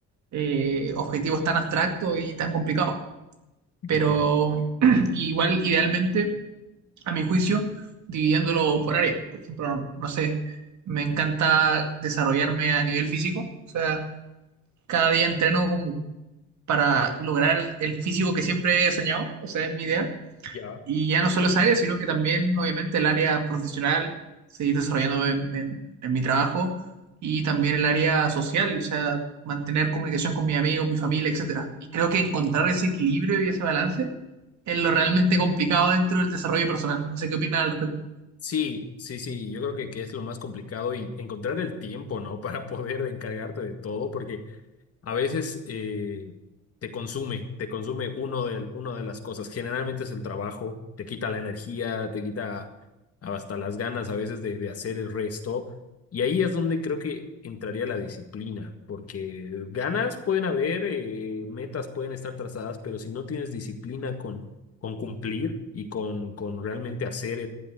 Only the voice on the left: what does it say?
Ya,
ya.
Sí, sí, sí, yo creo que, que es lo más complicado y encontrar el tiempo, ¿no? <laughs> Para poder encargarte de todo, porque a veces eh, te consume, te consume uno de, uno de las cosas. Generalmente es el trabajo, te quita la energía, te quita hasta las ganas a veces de, de hacer el resto. Y ahí es donde creo que entraría la disciplina, porque ganas pueden haber, eh, metas pueden estar trazadas, pero si no tienes disciplina con, con cumplir y con, con realmente hacer